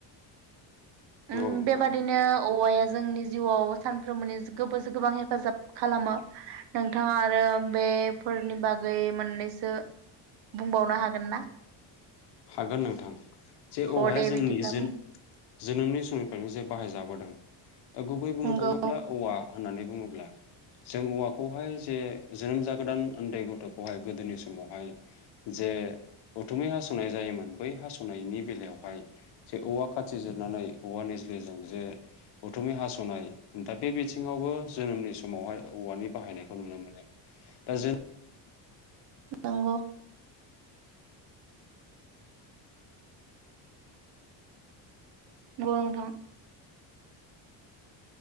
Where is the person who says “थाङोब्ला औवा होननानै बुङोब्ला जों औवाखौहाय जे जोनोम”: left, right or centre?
Left